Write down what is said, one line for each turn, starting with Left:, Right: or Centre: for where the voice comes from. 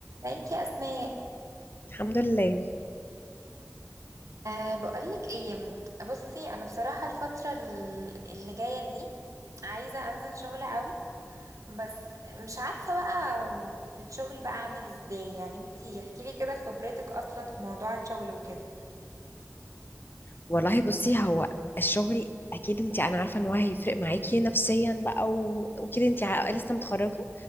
Right: ازيك يا اسماء
Left: الحمد لله
Right: أه بقولك ايه بصي انا بصراحه الفتره ال- اللي جايه دي عايزه انزل شغل قوي بس مش عارفه بقى م، الشغل بقى اعمل ازاي يعني انتي احكي لي كده خبرتك اصلا في موضوع الشغل وكده
Left: والله بصي هو الشغل اكيد انت انا عارفه ان هو هيفرق معاكي نفسيا بقى و... وكده انت ع- لسه متخرجه